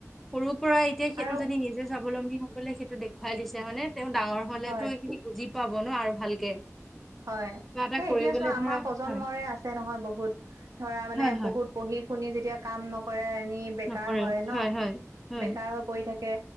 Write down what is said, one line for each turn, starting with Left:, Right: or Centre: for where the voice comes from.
Centre: সৰুৰ পৰা এতিয়া সেইটো
Right: আৰু
Centre: জেনী নিজে স্বাৱলম্বী হবলে সেইটো দেখুৱাই দিছে মানে তেওঁ ডাঙৰ হলেতো
Right: হয়
Centre: এইখিনি বুজি। পাব ন আৰু ভালকে।
Right: হয়
Centre: কিবা এটা কৰিবলৈ
Right: এতিয়া চোৱা
Centre: ধৰা
Right: আমাৰ প্ৰজন্মৰে
Centre: হয়,
Right: আছে নহয় বহুত ধৰা মানে
Centre: হয়, হয়,
Right: বহুত পঢ়ি। শুনি যেতিয়া কাম নকৰে এনেই বেকাৰ
Centre: নকৰে
Right: হয় ন
Centre: হয়, হয়,
Right: বেকাৰ হৈ পৰি থাকে।